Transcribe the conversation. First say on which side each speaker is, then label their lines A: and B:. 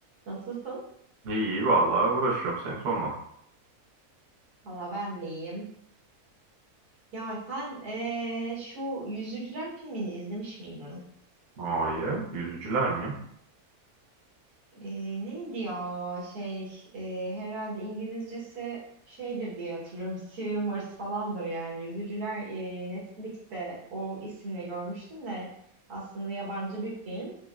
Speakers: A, on the right; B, on the right.
A: Nasılsın?
B: İyi vallahi uğraşıyorum seni sormadım.
A: Valla ben de iyiyim. Ya sen eee, şu Yüzücüler filmini izlemiş miydin?
B: Hayır, yüzücüler mi?
A: Eee, neydi ya şey eee, herhalde İngilizcesi şeydir diye hatırlıyorum. <laughs> Swimmers falandır yani. Yüzücüler eee, Netflix'te o isimle görmüştüm de aslında yabancı bir film.